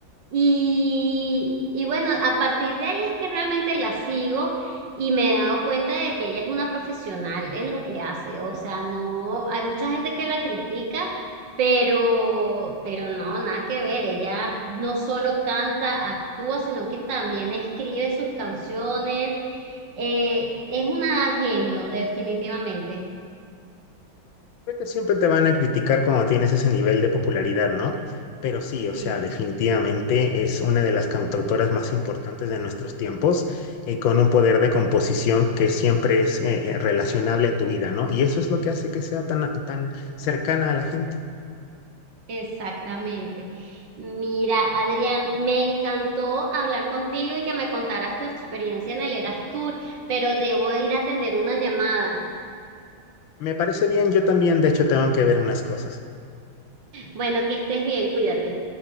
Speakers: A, on the right (about 65°); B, on the left (about 75°).
A: Y, y bueno, a partir de ahí es que realmente la sigo y me he dado cuenta de que ella es una profesional en lo que hace. O sea, no, hay mucha gente que la critica, pero, pero no, nada que ver. Ella no solo canta, actúa, sino que también escribe sus canciones. Eh, es una genio, definitivamente.
B: Creo que siempre te van a criticar cuando tienes ese nivel de popularidad, ¿no? Pero sí, o
A: Sí.
B: sea, definitivamente es una de las cantautoras más importantes de nuestros tiempos, eh, con un poder de composición que siempre es eh, eh, relacionable a tu vida, ¿no? Y eso es lo que hace que sea tan, tan cercana a la gente.
A: Exactamente. Mira, Adrián, me encantó hablar contigo y que me contaras tu experiencia en el Eras Tour, pero debo ir a atender una llamada.
B: Me parece bien, yo también, de hecho, tengo que ver unas cosas.
A: Bueno, que estés bien, cuídate.